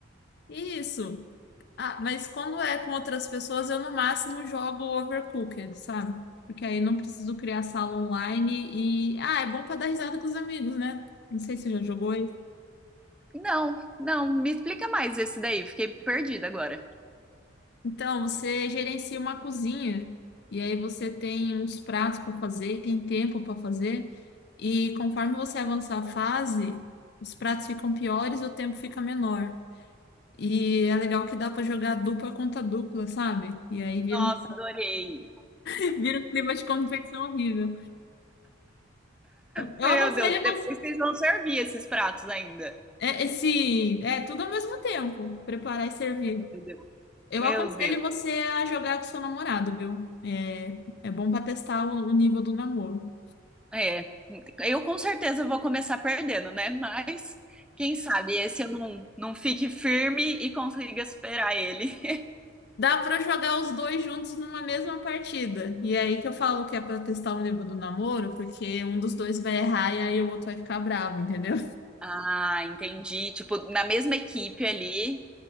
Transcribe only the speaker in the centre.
Não, não, me explica mais esse daí, fiquei perdida agora.
Nossa,
adorei.
Meu
Deus, e depois
vocês vão servir esses pratos ainda.
Meu Deus.
Meu
Deus.
É, eu com certeza vou começar perdendo, né? Mas quem sabe esse eu não, não fique firme e consiga superar ele. <laughs>
Ah, entendi. Tipo, na mesma equipe ali.